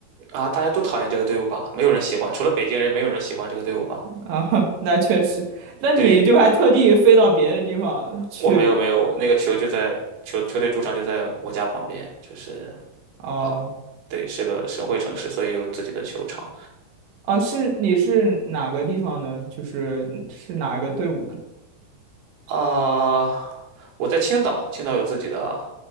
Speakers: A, on the right (about 80°); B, on the right (about 65°).
A: 啊，大家都讨厌这个队伍吧？没有人喜欢，除了北京人，没有人喜欢这个队伍吧？
B: 啊，<laughs> 那确实，那你就还特地飞到别的地方去
A: 对，我没有没有，那个球就在球球队主场就在我家旁边，就是。
B: 哦。
A: 啊，对，是个省会城市，所以有自己的球场
B: 啊，是你是哪个地方呢？就是是哪个队伍呢？
A: 啊。我在青岛，青岛有自己的